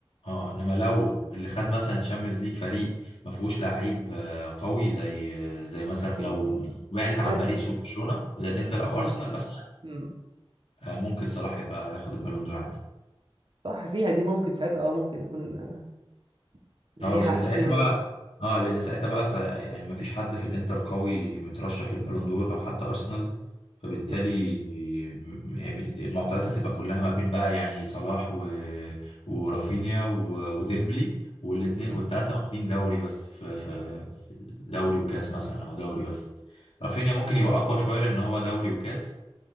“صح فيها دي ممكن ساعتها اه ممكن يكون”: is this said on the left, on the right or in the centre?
Right